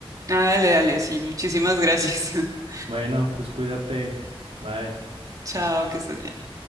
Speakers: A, on the right (about 35°); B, on the right (about 80°).
A: Ah, dale, dale, sí, muchísimas gracias. <laughs>
B: Bueno, pues cuídate. Bye.
A: Chao, que estés bien.